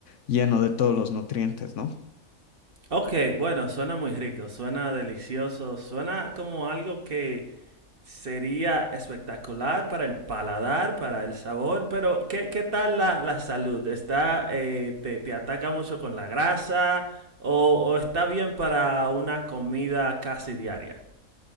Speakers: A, on the left; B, on the right.
A: lleno de todos los nutrientes, ¿no?
B: Ok, bueno, suena muy rico, suena delicioso, suena como algo que sería espectacular para el paladar, para el sabor, pero ¿qué, qué tal la, la salud? ¿Está, eh, te, te ataca mucho con la grasa o, o está bien para una comida casi diaria?